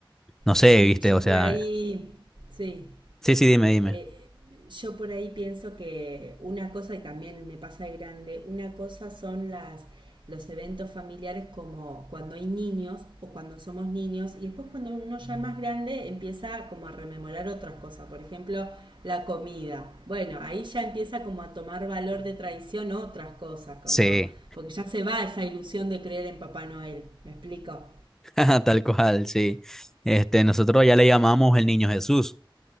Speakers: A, in the centre; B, on the right.
A: no sé,
B: Sí,
A: viste,
B: yo
A: o sea,
B: por ahí, sí,
A: sí, sí, dime, dime.
B: eh, yo por ahí pienso que una cosa, y también me pasa de grande, una cosa son las los eventos familiares como cuando hay niños o cuando somos niños y después cuando uno ya es más grande empieza como a rememorar otras cosas, por ejemplo la comida. Bueno, ahí ya empieza como a tomar valor de tradición otras cosas, como
A: Sí,
B: porque ya se va esa ilusión de creer en Papá Noel, ¿me explico?
A: <laughs> tal cual, sí. Este, nosotros ya le llamamos el niño Jesús.